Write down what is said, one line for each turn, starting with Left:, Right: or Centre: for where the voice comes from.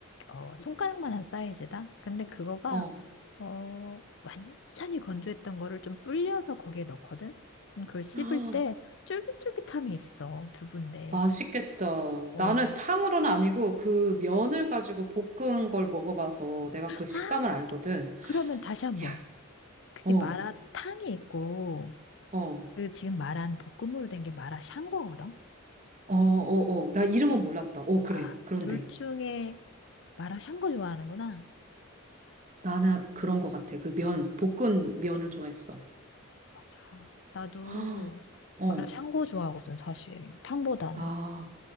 Left: 어, 손가락만한 사이즈다? 근데 그거가,
Right: 어.
Left: 어, 완전히 건조했던 거를 좀 불려서 거기에 넣거든? 음, 그걸 씹을
Right: 아,
Left: 때 쫄깃쫄깃함이 있어, 두부인데.
Right: 맛있겠다.
Left: 어.
Right: 나는 탕으로는 아니고 그 면을 가지고 볶은 걸 먹어봐서 내가
Left: 아,
Right: 그 식감을 알거든.
Left: 그러면 다시 한 번.
Right: 야,
Left: 그게
Right: 어,
Left: 마라탕이 있고,
Right: 어,
Left: 그 지금 말한 볶음으로 된 게 마라샹궈거든?
Right: 어, 어, 어. 나 이름은 몰랐다. 어, 그래.
Left: 아,
Right: 그런데
Left: 둘 중에 마라샹궈 좋아하는구나.
Right: 나는 그런 것 같아. 그 면, 볶은 면을 좋아했어.
Left: 맞아. 나도
Right: 아, 어,
Left: 마라샹궈 좋아하거든, 사실. 탕보다는.
Right: 아.